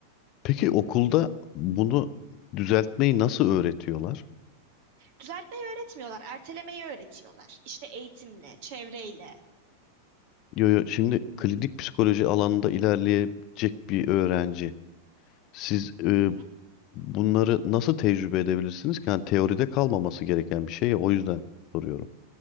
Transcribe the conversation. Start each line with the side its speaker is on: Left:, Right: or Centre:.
Left: Peki okulda bunu düzeltmeyi nasıl öğretiyorlar?
Right: Düzeltmeyi öğretmiyorlar, ertelemeyi öğretiyorlar. İşte eğitimle, çevreyle.
Left: Yo, yo, şimdi klinik psikoloji alanında ilerleyecek bir öğrenci. Siz e,
Right: Mhm.
Left: bunları nasıl tecrübe edebilirsiniz ki? Yani teoride kalmaması gereken bir şey ya, o yüzden soruyorum.